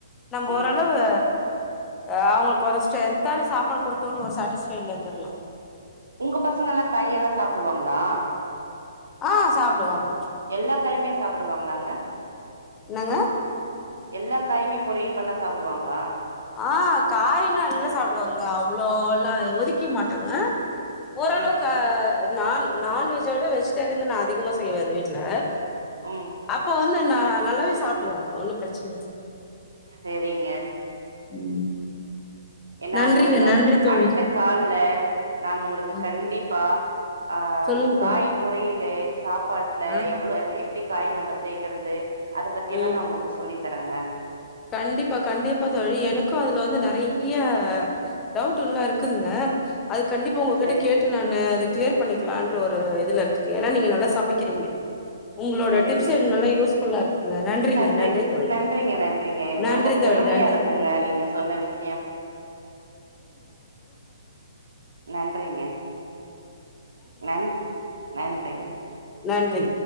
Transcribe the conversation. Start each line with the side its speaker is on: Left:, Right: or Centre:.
Left: நம்ப
Right: ம்
Left: ஓரளவு எ அவுங்களுக்கு ஒரு ஸ்டெத்தான சாப்பாடு குடுதோனு ஒரு சடிஸ்ஃபைட்ல இருந்தர்லா
Right: உங்க பசங்க எல்லா காயெல்லா சாப்டுவாங்களா
Left: ஆ சாப்டுவங்
Right: எல்லா காயுமே சாப்டுவாங்களாங்க
Left: என்னங்க
Right: எல்லா காயுமே பொரியல் பண்ணா சாப்டுவாங்களா
Left: ஆ காயினா எல்லா சாப்டுவாங்க அவ்ளவ் எல்லா ஒதுக்கி மாட்டாங்க ஓரளவுக்கு
Right: ம்
Left: நா நான்வெஜோட வெஜிடேரியன்தா நா அதிகமா செய்வே அந்த வீட்டுல
Right: ம்
Left: அப்ப வந்து நா நல்லாவே சாப்டுவாங்க ஒன்னு பிரச்சன இல்ல
Right: செரிங்க
Left: ம்
Right: ஏன்னா
Left: நன்றிங்க
Right: உங்களுக்கு
Left: நன்றி தோழி
Right: அடுத்த கால்ல நானு உங்களுக்கு
Left: ஆ
Right: கண்டிப்பா அ
Left: சொல்லுங்க
Right: காய்
Left: தோழி
Right: பொரியில சாப் பாட்டுல
Left: ஆ
Right: எவ்ளோ அது எப் எப்டி காய்ய நம்ப சேக்கறது அத பத்தி எல்லா
Left: ம்
Right: நா உங்களுக்கு சொல்லி தரங்க
Left: கண்டிப்பா கண்டிப்பா தோழி எனக்கும் அதுல வந்து நிறையிய டவுட்டுகல்லாம் இருக்குதுங்க அது கண்டிப்பா உங்க
Right: சரிங்க,
Left: கிட்ட கேட்டு நான்னு அதை கிளியர் பண்ணிக்கலான்ற ஒரு இதுல இருக்கு ஏன்னா நீங்க நல்லா சமக்கிறீங்க உங்களோட
Right: சரிங்க.
Left: டிப்ஸ் எனக் நல்லா யூஸ்ஃபுல்லா இருக்ங்க நன்றிங்க
Right: நன்றிங்
Left: நன்றி தோழி
Right: நன்றிங்க, நன்றிங்க. எனக்கு ரொம்ப
Left: நன்றி தோழி
Right: பெருமையா
Left: நன்றி
Right: இருக்குங்க நீங்க சொன்ன விஷயம். நன்றிங்க. நன் நன்றிங்க.
Left: நன்றி